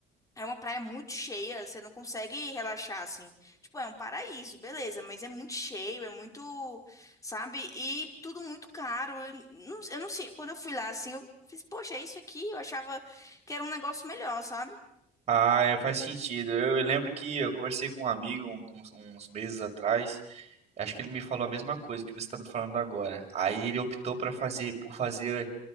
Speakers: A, on the left; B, on the right.
A: É uma praia muito cheia, você não consegue relaxar assim. Tipo, é um paraíso, beleza, mas é muito cheio, é muito, sabe? E tudo muito caro. Eu não, eu não sei, quando eu fui lá assim, eu fiz, poxa, é isso aqui? Eu achava que era um negócio melhor, sabe?
B: Ah, é, faz sentido. Eu, eu lembro que eu conversei com um amigo um- uns, uns meses atrás Acho que ele me falou a mesma coisa que você está me falando agora. Aí ele optou para fazer, por fazer.